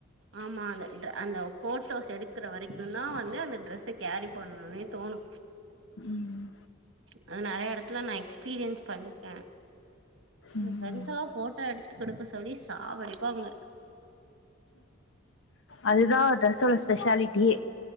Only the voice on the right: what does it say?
ஆமா அந்த அந்த போட்டோஸ் எடுக்கிற வரைக்குந்தா வந்து அந்த ட்ரெஸ்ஸ கேரி பண்ணணும்னே தோணு
அது நெறைய எடத்துல நா எக்ஸ்பீரியன்ஸ் பண்ணிட்ட சொல
போ பிரண்ட்ஸ்லா போ ட்ட எடுத்துக்கொடுக்க சொல்லி சாவடிப்பாங்க